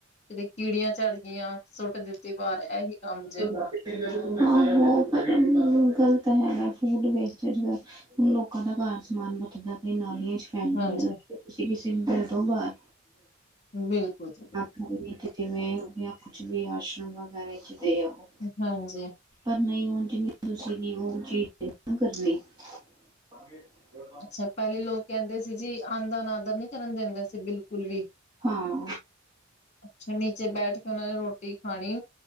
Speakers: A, on the left; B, on the right.
A: ਜ ਕੀੜੀਆਂ ਝਾੜ ਗਈਆਂ ਸੁੱਟ ਦਿੱਤੀ। ਵਾਰ ਇਹੀ ਕੰਮ ਜੇ
B: ਹਾਂ। ਪਰ ਗਲਤ ਹੈਗਾ ਫੂਡ ਵੇਸਟਇੰਡੀਜ ਕਰਨਾ ਹੁਣ ਲੋਕਾਂ ਦਾ ਘਰ ਸਮਾਨ ਬਦਲਦਾ ਕਈ ਨਾਲੀਆਂ ਚ।
A: ਹਾਂਜੀ
B: ਤੁਸੀਂ ਕਿਸੇ ਨੂੰ ਦੇ ਦੋ ਬਾਹਰ।
A: ਬਿਲਕੁਲ। ਜੀ ਬਿਲਕੁਲ
B: ਆਖਣ ਦੀ ਜਿਵੇਂ ਪੁੱਛ ਕੇ ਵੀ ਆਸ਼ਰਮ ਬਣ ਕੇ ਤਿਆਰ ਹੋ।
A: ਹਾਂਜੀ।
B: ਪਰ ਨਹੀਂ ਹੁਣ ਜਿੰਨੀ ਤੁਸੀਂ ਨਾਂ ਉਹ ਚੀਜ਼ ਕਰਨੀ। ਆਦੇਸ਼ ਕਰਾ।
A: ਅੱਛਾ ਪਹਿਲੇ ਲੋਕ ਕਹਿੰਦੇ ਸੀ, ਜੀ ਅੰਨ ਦਾ ਅਨਾਦਰ ਨੀ ਕਰਨ ਦਿੰਦੇ ਸੀ, ਬਿਲਕੁਲ ਵੀ।
B: ਹਾਂ।
A: ਅੱਛਾ, ਨੀਚੇ ਬੈਠ ਕੇ ਉਹਨਾਂ ਨੇ ਰੋਟ ਰੋਟੀ ਖਾਣੀ,